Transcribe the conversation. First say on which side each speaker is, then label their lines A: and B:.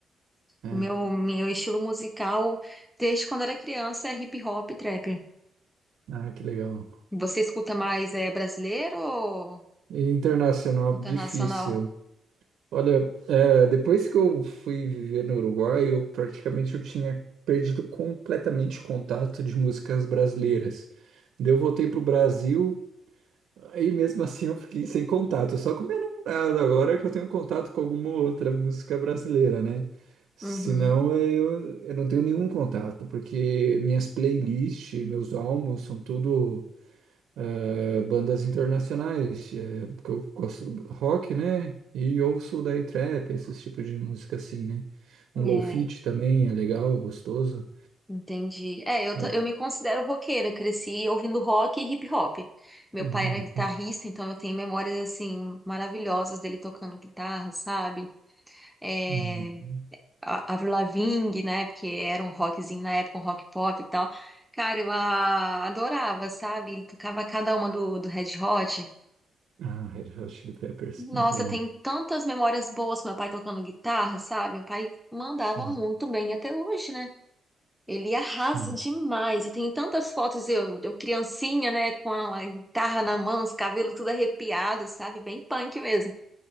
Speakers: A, on the right; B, in the centre.
A: É.
B: Meu, meu estilo musical, desde quando era criança, é hip hop e trap.
A: Ah, que legal.
B: Você escuta mais é brasileiro ou
A: E internacional,
B: internacional?
A: difícil. Olha, é, depois que eu fui viver no Uruguai, eu praticamente eu tinha perdido completamente o contato de músicas brasileiras. Daí eu voltei pro Brasil, aí mesmo <laughs> assim eu fiquei sem contato, só com minha namorada agora que eu tenho contato com alguma outra música brasileira, né? Senão
B: Uhum.
A: é, eu, eu não tenho nenhum contato, porque minhas playlists, meus álbuns são tudo eh, bandas internacionais, eh, porque eu gosto do rock, né? E ouço daí trap, esses tipos de música assim, né? Um
B: É,
A: low-fi também é legal, gostoso.
B: Entendi. É, eu, ta-
A: É,
B: eu me considero roqueira, cresci ouvindo rock e hip hop. Meu
A: hum,
B: pai era guitarrista, então eu tenho memórias, assim, maravilhosas dele tocando guitarra, sabe? É,
A: hum, hum.
B: a- Avril Lavigne, né? Porque era um rockzinho na época, um rock pop e tal. Cara, eu a- adorava, sabe? Ele tocava cada uma do, do Red Hot.
A: Ah, Red Hot Chili Peppers,
B: Nossa,
A: muito bom.
B: eu tenho tantas memórias boas com meu pai tocando guitarra, sabe? Meu pai mandava
A: Sim,
B: muito bem até hoje, né? Ele arrasa
A: sim,
B: demais. Eu tenho tantas fotos, eu, eu criancinha, né, com a guitarra na mão, os cabelos tudo arrepiados, sabe? Bem punk mesmo.